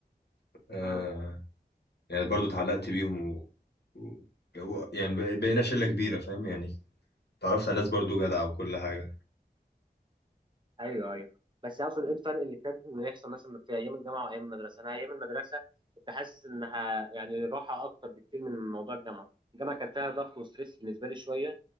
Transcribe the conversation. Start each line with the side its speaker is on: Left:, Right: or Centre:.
Left: آه
Right: مم.
Left: يعني برضو اتعلقت بيهم و... و... يعني بقينا شلة كبيرة فاهم يعني اتعرفت على ناس برضو جدعة وكل حاجة
Right: أيوه أيوه بس أقصد إيه الفرق اللي كان إنه يحصل مثلا في أيام الجامعة وأيام المدرسة؟ أنا أيام المدرسة كنت حاسس إنها يعني راحة أكتر بكتير من موضوع الجامعة، الجامعة كان فيها ضغط وستريس بالنسبة لي شوية لأن